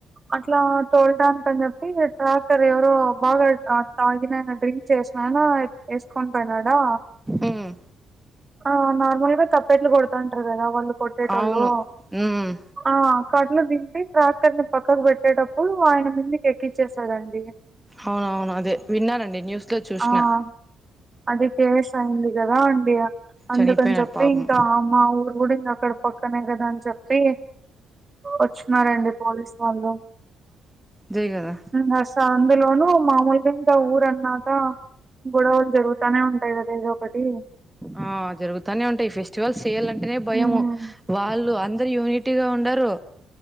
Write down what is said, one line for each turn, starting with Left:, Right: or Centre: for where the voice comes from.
Right: అట్లా తోల్డానికి అన్ జెప్పి ట్రాక్టర్ ఎవరో బాగా అ తాగినాయన డ్రింక్ చేస్నైన ఎస్కొన్పోయినాడా
Centre: ఉమ్
Right: ఆ నార్మల్గా తప్పెట్లు కొడుతాంటారు కదా వాళ్ళు కొట్టేటోళ్ళు
Centre: అవును ఉమ్
Right: ఆ కట్లు దింపి ట్రాక్క్కర్ ని పక్కకు పెట్టేటప్పుడు ఆయన మీదికి ఎక్కిచ్చెసాడండి
Centre: అవునవును అదే విన్నానండి న్యూస్ లో చూసిన
Right: ఆ! అది కేస్ అయింది కదా అండి అందుకని
Centre: చనిపోయినారు
Right: చెప్పి
Centre: పాపం
Right: ఇంకా మా ఊరు కూడా ఇంక అక్కడ పక్కనే కదా అని చెప్పి వచ్చినారండి పోలీసు వాళ్ళు
Centre: దే కదా
Right: ఇంగ అసల్ అందులోనూ మామూలగా ఇంకా ఊర న్నాక గొడవలు జరుగుతానే ఉంటాయి కదా ఎదో ఒకటి
Centre: ఆ జరుగుతనే ఉంటాయి ఫెస్టివల్స్ చేయాలంటేనే భయము
Right: హ్మ్
Centre: వాళ్ళు అందరు యూనిటీగ ఉండరు